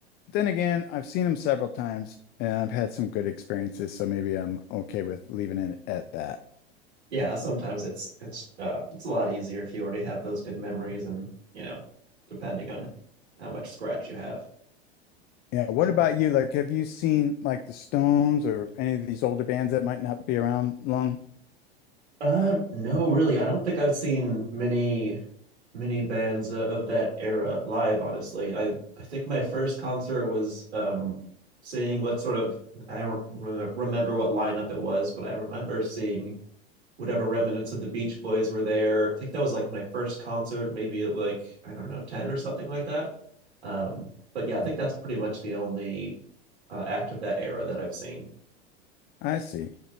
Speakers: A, on the left; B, on the right.
A: then again, I've seen them several times, and I've had some good experiences, so maybe I'm okay with leaving it at that.
B: Yeah. Sometimes it's it's uh it's a lot easier if you already have those good memories, and you know, depending on how much scratch you have
A: Yeah. What
B: at the
A: about
B: time.
A: you? Like, have you seen like the Stones or any of these older bands that might not be around long?
B: Uh, no, really, I don't think I've seen many many bands uh, of that era live honestly i i think my first concert was um seeing what sort of i don't rem- remember what lineup it was but i remember seeing whatever remnants of the beach boys were there i think that was like my first concert maybe at like i don't know 10 or something like that um but yeah i think that's pretty much the only uh, act of that era that i've seen
A: I see.